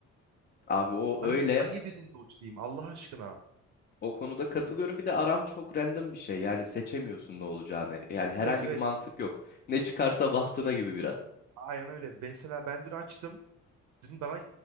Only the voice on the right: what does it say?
Hangi hangi birini dodge'layayım Allah aşkına?
Evet evet.
Aynen öyle. Mesela ben dün açtım. Dün bana